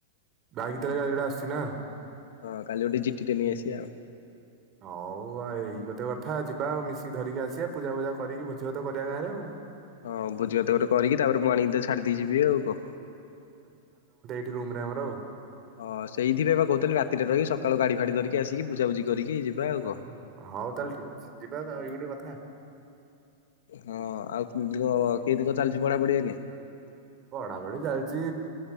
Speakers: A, on the right; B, on the left.
A: ବାଇିିକ ତା ହେଲେ କାଲି ଗୋଟେ ଆସିୁଛି ନା।
B: ହଁ କାଲି ଗୋଟେ ଜିଟି ଟେ ନେଇ ଆସିବା ଆଉ।
A: ହଉ ଆଉ ଏଇ ଗୋଟେ କଥା ଯିବା ଆଉ ମିଶିକି ଧରିକି ଆସିବା ପୂଜା ଫୂଜା କରିକି ଭୋଜି ଭାତ କରିବା ଗାଁ ରେ ଆଉ।
B: ହଁ ଭୋଜିଭାତ ଗୋଟେ କରିକି ତାପରେ ମୁଁ ଆଣିକି ତତେ ଛାଡି ଦେଇେକି ଯିବି ଆଉ କ।
A: ଟି ରୁମ ରେ ଆମର ଆଉ।
B: ହଁ ସେଇଥିି ପାଇଁ ବା କହୁଥିଲି ରାତିରେ ରହିି କି ସକାଳୁ ଗାଡି ଫାଡି ଧିରିକି ଆସିକି ପୁଜା ପୂଜି। କରିକି ଯିବା ଆଉ
A: ହଁ,
B: କନ।
A: ହଉ ତାହେଲେ ଠିକ ଅଛି ଯିବା ଆଉ ଏଇ ଗୋଟେ କଥା।
B: ହଁ ଆଉ କେମତି କନ। ଚଲଛି ପଢ଼ା ପଢି ଏଇନେ।
A: ପଢାପଢି ଚାଲିଛି